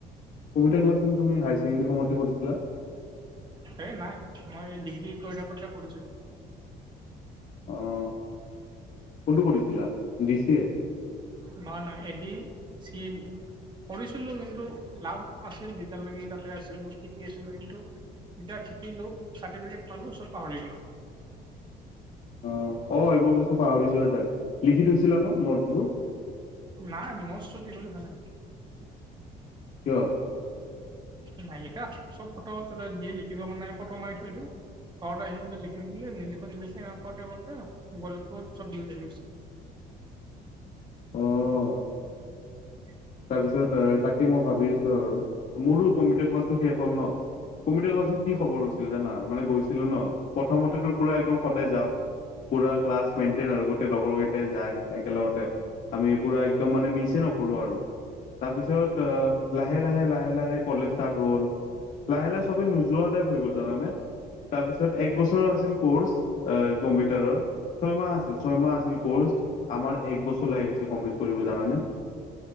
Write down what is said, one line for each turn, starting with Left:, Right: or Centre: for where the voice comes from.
Left: কম্পিউটাৰ ক্লাছচোন তুমি হায়াৰ ছেকেণ্ডাৰী সময়তহে কৰিছিলা?
Right: সেই নাই মই ডিগ্ৰী কৰি থাকোঁতে কৰিছিলোঁ।
Left: অ', কোনটো কৰিছিলা ডি চি এ?
Right: নহয় নহয় এ দি চি এ দি কৰিছিলো কিন্তু লাভ আছিল যেতিয়ালৈকে তাতে আছিলো, শিকি আছিলো কিন্তু যেতিয়া শিকিলো চাৰ্টিফিকেট পালো, চব পাহৰি গলো।
Left: অ অ' এইবোৰ বস্তু পাহৰি যোৱা যায়। লিখি থৈছিলা নোট?
Right: নাই, নোট চোট একো লিখা নাই।
Left: কিয়?
Right: নাই লিখা, চব ফটো তাতে দিয়ে লিখিব মানে ফটো মাৰি থৈ দিওঁ। ঘৰত আহি লিখিম বুলি নিলিখি নিলিখি হেনেকে কৰোঁতে কৰোঁতে মোবাইলটো চব দিলেত হৈ গৈছে।
Left: অ'।
Right: <inaudible>
Left: তাৰপিছত তাকে মই ভাবি আছো আৰু মোৰো কম্পিউটাৰ ক্লাছ টো শেষ হ'ল ন' কম্পিউটাৰ ক্লাছো কি খবৰ হৈছিল জানা মানে গৈছিলো ন' প্ৰথমতে তো পুৰা একদম সদায় যাওঁ, পুৰা ক্লাছ মেইনটেইন আৰু গোটেই লগৰ কেইটাই যায় একেলগতে আমি পুৰা একদম মানে মিচে নকৰোঁ আৰু। তাৰপিছত লাহে লাহে লাহে লাহে কলেজ ষ্টাৰ্ট হ'ল। লাহে লাহে চবেই নোযোৱা টাইপ হৈ গ'ল জানানে। তাৰপিছত এক বছৰৰ আছিল কোৰ্চ এ কম্পিউটাৰৰ। ছয় মাহ আছিল ছয় মাহ আছিল কোৰ্চ আমাৰ এক বছৰ লাগি গৈছে কমপ্লিট কৰিব জানানে?